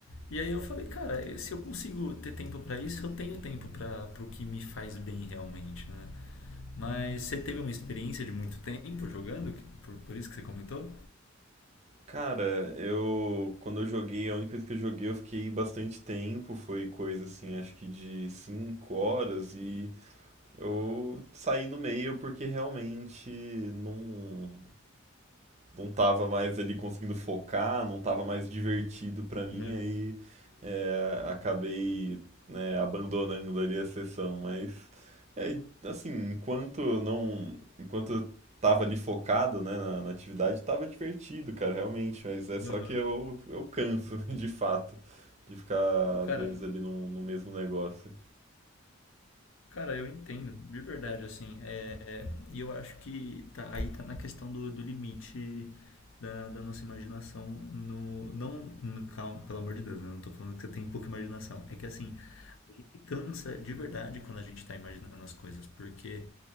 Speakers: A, on the left; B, on the right.
A: e aí eu falei, cara, se eu consigo ter tempo pra isso, eu tenho tempo para pro que me faz bem realmente, né? Mas você teve uma experiência de muito tempo jogando? Que- Por, por isso que você comentou?
B: Cara, eu quando eu joguei, a única vez que eu joguei, eu fiquei bastante tempo, foi coisa assim, acho que de 5 horas e eu saí no meio porque realmente não não tava mais ali conseguindo focar, não tava mais divertido pra mim,
A: Né.
B: aí é, acabei né, abandonando ali a sessão, mas é, assim, enquanto não, enquanto eu tava ali focado, né, na, na atividade, tava divertido, cara, realmente, mas é só
A: Aham.
B: que eu, eu canso, <laughs> de fato, de ficar,
A: Pô, cara,
B: às vezes, ali no, no mesmo negócio.
A: cara, eu entendo, de verdade, assim. é, E eu acho que tá, aí tá na questão do, do limite da, da nossa imaginação no. Não, no- calma, pelo amor de Deus, né? Não tô falando que você tem pouca imaginação. É que assim, a gente cansa de verdade quando a gente tá imaginando as coisas, porque.